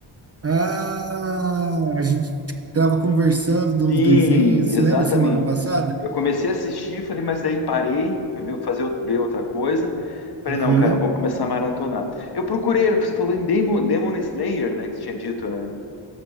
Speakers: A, on the right; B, on the left.
A: Ah, a gente tava conversando de uns
B: Sim,
A: desenhos. Você
B: exatamente.
A: lembra semana passada?
B: Eu comecei a assistir, falei, mas daí parei, fui ver- fazer, out- ver outra coisa. Falei,
A: Aham.
B: não, cara, eu vou começar a maratonar. Eu procurei, você falou em Demon, Demon Slayer, né, que você tinha dito, né?